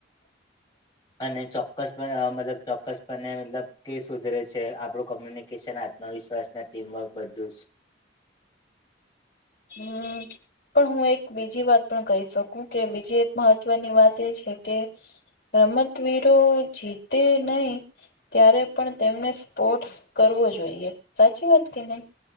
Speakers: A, on the left; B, on the left.
A: <inaudible>
B: અને ચોક્કસ પણ મતલબ ચોક્કસ પને મતલબ કે સુધરે છે આપણું કોમ્યુનિકેશન આ ત્મવિશ્વાસના ટીમવર્ક બધું જ
A: હમ્મ. પણ હું એક બીજી વાત પણ કહી શકું, કે બીજી એક મહત્વની વાત એ છે કે રમતવીરો જીતે નહી ત્યારે પણ તેમને સ્પોર્ટ્સ કરવો જોઈએ, સાચી વાત કે નહી.